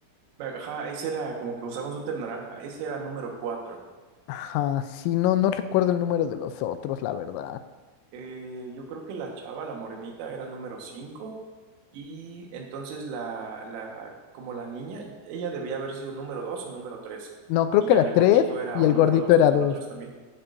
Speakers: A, on the right (about 75°); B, on the left (about 85°).
A: Ajá, ese era como que usaban su naranja. Ese era número cuatro.
B: Ajá, sí, no, no recuerdo el número de los otros, la verdad.
A: Eh, yo creo que la chava, la morenita, era número cinco. Y entonces la, la, como la niña, ella debía haber sido número dos o número tres.
B: No, creo
A: Y
B: que
A: ya
B: era
A: el
B: tres
A: gordito
B: sí,
A: era
B: y
A: o
B: el
A: número
B: gordito
A: dos
B: era
A: o número
B: dos.
A: tres también.